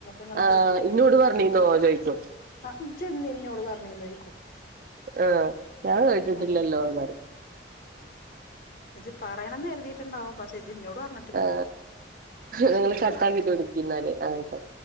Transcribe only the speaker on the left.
ങ്ങ
കേട്ട
അ അ എന്നോട് പറഞ്ഞന്ന്ോക്കോ
അത്
എ പറയണന്ന് എരുതിട്ടുണ്ടാവും പക്ഷെ ഇജ്ജ് ഇന്നോട് പറഞ്ഞിട്ടില്ല
എന്നാ
ശരി